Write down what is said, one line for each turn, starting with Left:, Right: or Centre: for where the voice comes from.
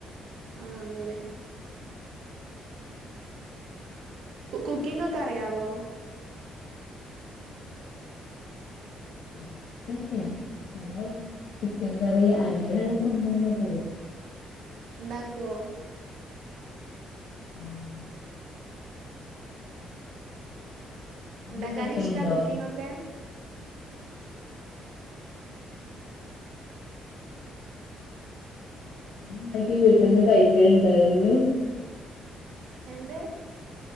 Right: ആ അങ്ങനെ ആ കുക്കിംങ്ങ് ഒക്കെ അറിയാവോ
Left: ആ മറ്റെ നല്ല ചിക്കൻ കറി അങ്ങനെയള്ള സംഭവങ്ങളെക്കെയറിയാം
Right: ഉണ്ടാക്കുവോ
Left: ഉം, നീ
Right: ഉണ്ടാക്കാൻ
Left: ഇണ്ടാക്കലുണ്ടോ
Right: ഇഷ്ടാ കുക്കിംങ്ങ് ഒക്കെ
Left: നീ ഉണ്ടാക്കി വീട്ടിനിന്ന് കഴിക്കലുണ്ടോ ആരെങ്കിലും
Right: എന്ത്